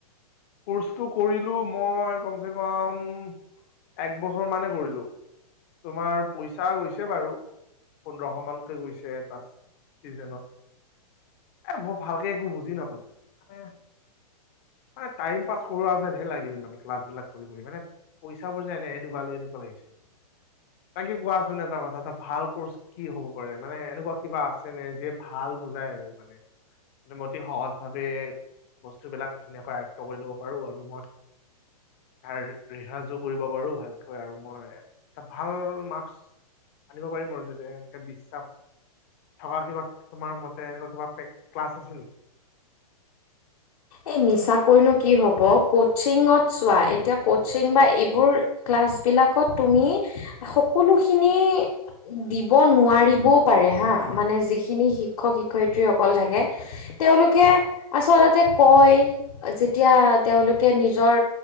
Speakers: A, on the left; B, on the left.
A: কৰ্চটো কৰিলো মই কমচে কম এক বছৰ মানে কৰিলোঁ তোমাৰ পইচা গৈছে বাৰু পোন্ধৰশ মানকে গৈছে এটা চিজেনত। এ মই ভালকে একো বুজি নাপালোঁ মানে মানে টাইম পাছ কৰোৱা যেন হে লাগিল মানে ক্লাছবিলাক কৰি -কৰি মানে পইচাবোৰ যে এনেহে দুবালো এনেকুৱা লাগিছে বাকী কোৱাচোন এটা কথা ভাল কৰ্চ কি হ'ব পাৰে মানে এনেকুৱা কিবা আছে নে যিয়ে ভাল বুজাই আৰু মানে? মানে মই অতি সহজ ভাৱে বস্তু বিলাক ধুনীয়াকৈ আয়ত্ব কৰি ল'ব পাৰো আৰু মই আৰ ৰিহাজো কৰিব পাৰো ভালকৈ আৰু মই এটা ভাল মাৰ্কচ আনিব পাৰিম আৰু যদি এনেকে বিশ্বাস থকা কিবা তোমাৰ মতে এনেকুৱা কিবা ক্লাছ আছে নেকি?
B: এই মিছাকৈনো কি হ'ব কোচিঙত চোৱা এতিয়া কোচিং বা এইবোৰ ক্লাছবিলাকত তুমি সকলোখিনি দিব নোৱাৰিবও পাৰে হা মানে যিখিনি শিক্ষক -শিক্ষয়িত্ৰীসকল থাকে। তেওঁলোকে আচলতে কয় যেতিয়া তেওঁলোকে নিজৰ